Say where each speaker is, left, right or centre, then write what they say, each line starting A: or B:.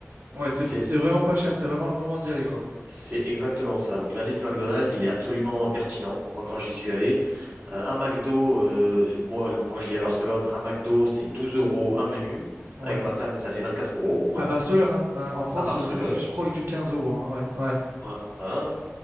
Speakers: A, on the right; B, on the right.
A: Ouais, c'est
B: C'est
A: c'est vraiment pas cher, c'est vraiment le moment d'y aller, quoi.
B: C'est exactement ça. Donc l'indice McDonald's, il est absolument pertinent. Moi, quand j'y suis allé, euh, un McDo, euh, moi, le- moi je vis à Barcelone, un McDo, c'est 12 euros un menu.
A: Ouais.
B: Avec ma femme, ça fait 24 euros.
A: À
B: <laughs>
A: Barcelone, hein, hein, en France,
B: À Barcelone,
A: euh, t'es plus proche du quinze euros, hein, ouais, ouais,
B: voilà.